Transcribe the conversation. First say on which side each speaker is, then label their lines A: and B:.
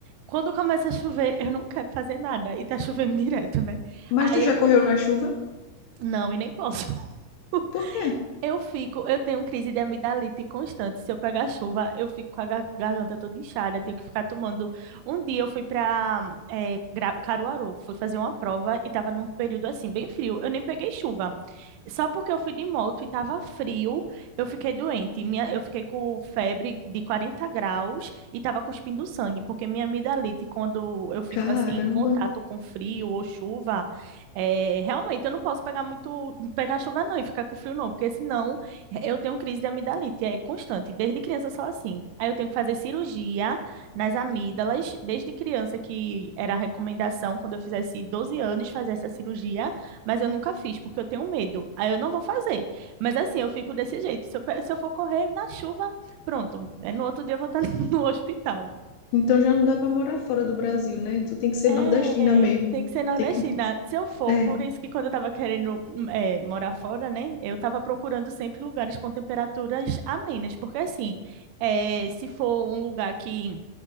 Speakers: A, on the right (about 85°); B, on the left (about 80°).
A: quando começa a chover, <laughs> eu não quero fazer nada. E tá chovendo direto, né?
B: Mas
A: Aí
B: tu já
A: eu queria.
B: correu na chuva?
A: Não, e nem posso. <laughs>
B: Por quê?
A: Eu fico, eu tenho crise de amidalite constante. Se eu pegar chuva, eu fico com a gar- garganta toda inchada, tenho que ficar tomando. Um dia eu fui para Caruaru, fui fazer uma prova e estava num período assim, bem frio. Eu nem peguei chuva. Só porque eu fui de moto e estava frio, eu fiquei doente. Minha, eu fiquei com febre de 40 graus e estava cuspindo sangue, porque minha amidalite, quando eu fico
B: Caramba.
A: assim em contato com frio ou chuva, é, realmente, eu não posso pegar muito, pegar chuva não e ficar com frio não, porque senão eu tenho crise de amidalite, é constante, desde criança só assim. Aí eu tenho que fazer cirurgia nas amígdalas, desde criança que era a recomendação, quando eu fizesse 12 anos, fazer essa cirurgia, mas eu nunca fiz, porque eu tenho medo. Aí eu não vou fazer. Mas assim, eu fico desse jeito, se eu, pe- se eu for correr na chuva, pronto, é, no outro dia eu vou estar <laughs> no hospital.
B: Então já não dá para morar fora do Brasil, né? Tu tem que ser
A: É,
B: nordestina mesmo.
A: tem que ser nordestina.
B: Tem que...
A: Se eu for,
B: É,
A: por isso que quando eu tava querendo hum, é, morar fora, né? Eu tava procurando sempre lugares com temperaturas amenas, porque assim, é, se for um lugar que